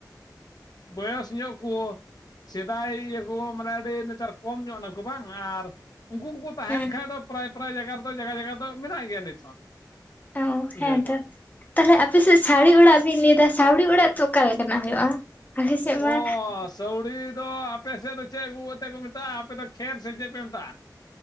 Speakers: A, on the left; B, on the left.
A: ᱵᱚᱭᱮᱥ ᱧᱚᱜ ᱠᱚ ᱥᱮᱫᱟᱭ ᱤᱭᱟᱹ ᱠᱚ ᱢᱟᱱᱮ ᱟᱹᱰᱤ ᱱᱮᱛᱟᱨ ᱠᱚᱢ ᱧᱚᱜ ᱱᱟᱠᱚ ᱵᱟᱝ, ᱟᱨ ᱩᱱᱠᱩ ᱠᱚᱠᱚ ᱛᱟᱦᱮᱱ
B: ᱦᱮᱸ
A: ᱠᱷᱟᱡ ᱫᱚ ᱯᱨᱟᱭ ᱯᱨᱟᱭ ᱡᱟᱭᱜᱟ ᱨᱮᱫᱚ ᱡᱟᱭᱜᱟ ᱡᱟᱭᱜᱟ ᱫᱚ ᱢᱮᱱᱟᱜ ᱜᱮᱭᱟ ᱱᱤᱛ ᱦᱚᱸ᱾
B: ᱚ,
A: ᱤᱭᱟᱹ
B: ᱦᱮᱸᱛᱚ᱾
A: ᱫᱚ
B: ᱛᱟᱦᱞᱮ ᱟᱯᱮ ᱥᱮᱫ ᱥᱟᱹᱣᱲᱤ ᱚᱲᱟᱜ ᱵᱤᱱ ᱞᱟᱹᱭ ᱫᱟ, ᱥᱟᱹᱣᱲᱤ ᱚᱲᱟᱜ ᱫᱚ ᱚᱠᱟ ᱞᱮᱠᱟᱱᱟᱜ ᱦᱩᱭᱩᱜᱼᱟ? ᱟᱞᱮ ᱥᱮᱫ ᱢᱟ
A: ᱚ ᱥᱟᱹᱣᱲᱤ ᱫᱚ ᱟᱯᱮ ᱥᱮᱫ ᱫᱚ ᱪᱮᱫ ᱟᱹᱜᱩ ᱠᱟᱛᱮᱫ ᱠᱚ ᱢᱮᱛᱟᱜᱼᱟ, ᱟᱯᱮ ᱫᱚ ᱠᱷᱮᱨ ᱥᱮ ᱪᱮᱫ ᱯᱮ ᱢᱮᱛᱟᱜᱼᱟ?